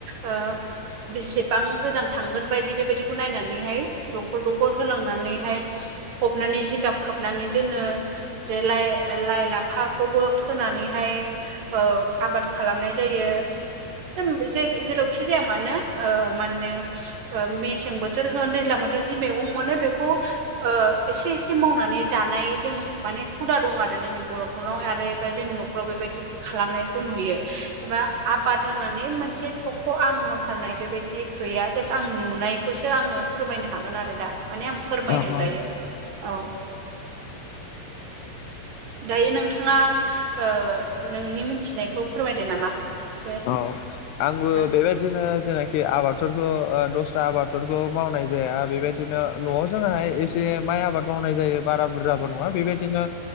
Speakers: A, on the right; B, on the left.
A: ओ बेसेबां गोजान थांगोन बायदि बेबायदिखौ नायनानैहाय दखर दखर होलांनानैहाय फबनानै जिगाब खोबनानै दोनो जे लाय लाइ लाफाखौबो फोनानैहाय ओ आबाद खालामनाय जायो मोनसे जेरावखि जाया मानो माने मेसें बोथोर बोथोर होन दैज्लां बोथोराव जि मैगं मोनो बेखौ एसे एसे मावनानै जानाय जों माने हुदा दं आरो जोंनि बर'फोरनाव आरो जोंनि न'खराव बेबायदि खालामनायखौ नुयो एबा आ- बाद होननानै मोनसे थख' आं मावथारनाय बेबायदि गैया जास्ट आं नुनायखौसो आङो फोरमायनो हागोन आरो दा माने आं फोरमायदों
B: औ औ
A: दायो औ दायो नोंथाङा ओ नोंनि मिथिनायखौ फोरमायदो नामा एसे
B: औ आंबो
A: औ
B: बेबाय दिनो जेनाखि आबादफोरखौ दस्रा आबादफोरखौ मावनाय जाया बेबायदिनो न'आव जोंहाहाय एसे जे माइ आबाद मावनाय जायो बारा बुरजाबो नङा बेबायदिनो